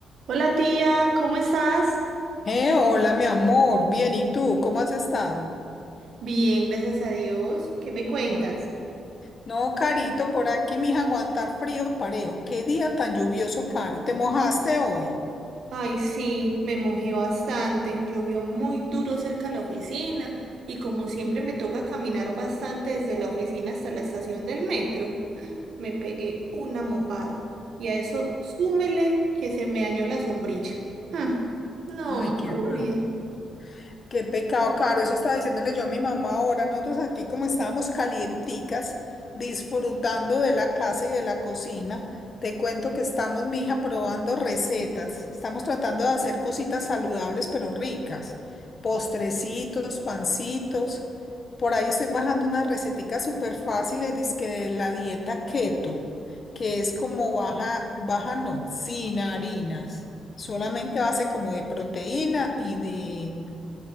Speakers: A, on the right; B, on the left.
A: Hola tía, ¿cómo estás?
B: Eh, hola, mi amor. Bien, ¿y tú? ¿Cómo has estado?
A: Bien, gracias a Dios. ¿Qué me cuentas?
B: Ah, No, Carito, por aquí, mija, aguantar frío parejo. Qué día tan lluvioso, Caro. ¿Te mojaste hoy?
A: Ay, sí, me mojé bastante. Llovió muy duro cerca de la oficina y como siempre me toca caminar bastante desde la oficina hasta la estación del metro. Me pegué una mojada y a eso súmele que se me dañó la sombrilla. Mm, no,
B: Ay,
A: más
B: qué
A: aburrido.
B: raro. Qué pecado, Caro. Eso estaba diciéndole yo a mi mamá ahora. Nosotros aquí como estábamos calienticas, disfrutando de la casa y de la cocina. Te cuento que estamos, mija, probando recetas. Estamos tratando de hacer cositas saludables pero ricas. Postrecitos, pancitos. Por ahí estoy bajando unas receticas súper fáciles, dizque de la dieta keto, que es como baja, baja no, sin harinas. Solamente base como de proteína y de